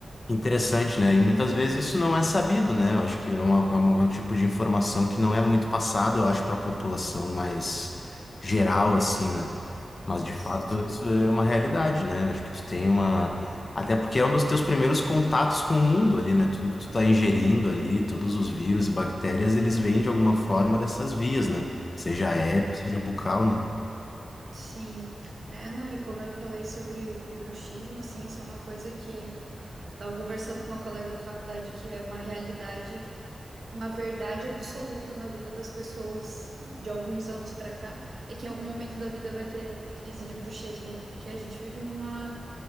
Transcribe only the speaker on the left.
Interessante, né? E muitas vezes isso não é sabido, né? Eu acho que é, uma, é um é um tipo de informação que não é muito passada, eu acho, para a população mais geral, assim, né? Mas de
fato isso é uma realidade, né? Eu acho que tu tem uma. Até porque é um dos teus primeiros contatos com o mundo ali, né? Tudo que tu tá ingerindo ali, todos os vírus e bactérias, eles vêm de alguma forma dessas vias, né? Seja aéreo, seja bucal, né?